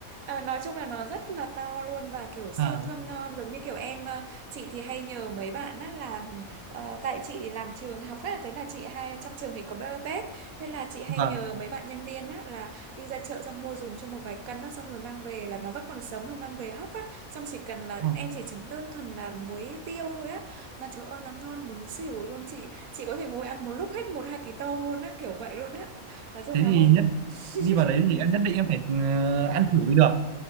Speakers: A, on the right; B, on the right.
A: ờ, nói chung là nó rất là to luôn và kiểu siêu
B: À
A: thơm ngon giống như kiểu em ờ, chị thì hay nhờ mấy bạn á là ừ, ờ, tại chị làm trường học á thế là chị hay trong trường thì có bê- bếp thế là chị hay
B: vâng.
A: nhờ mấy bạn nhân viên á là đi ra chợ xong mua dùng cho một vài cân á xong rồi mang về là nó vẫn còn sống rồi mang về hấp á xong chỉ cần là
B: Ờ,
A: em chỉ chấm đơn thuần là muối tiêu thôi á mà trời ơi nó ngon muốn xỉu luôn chị chị có thể ngồi ăn một lúc hết một hai ký tôm luôn á kiểu vậy luôn á nói chung
B: Thế
A: là
B: thì
A: không
B: nhất
A: <laughs>
B: đi vào đấy thì em nhất định em phải ờ, ăn thử mới được.